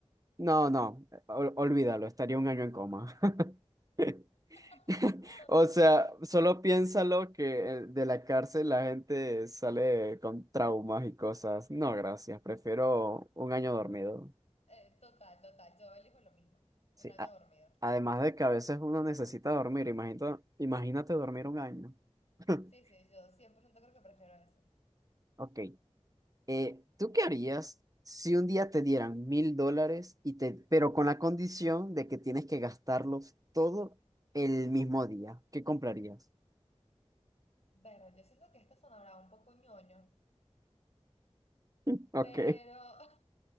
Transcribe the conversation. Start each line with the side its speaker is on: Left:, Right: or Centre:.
Right: no, no, ol- olvídalo, estaría un año en coma. <laughs>
Left: <laughs>
Right: <laughs> O sea, solo piénsalo que eh, de la cárcel la gente sale con traumas y cosas. No, gracias, prefiero un año dormido.
Left: Eh, total, total, yo elijo lo mismo.
Right: Sí,
Left: Un año
Right: a-
Left: dormido.
Right: además de que a veces uno necesita dormir, imagínate, imagínate dormir un año. <laughs>
Left: Sí, sí, yo 100% creo que prefiero eso.
Right: Ok, eh, ¿tú qué harías si un día te dieran mil dólares y te, pero con la condición de que tienes que gastarlos todo el mismo día? ¿Qué comprarías?
Left: Pero yo siento que esto sonará un poco ñoño,
Right: <laughs> Ok,
Left: pero <laughs>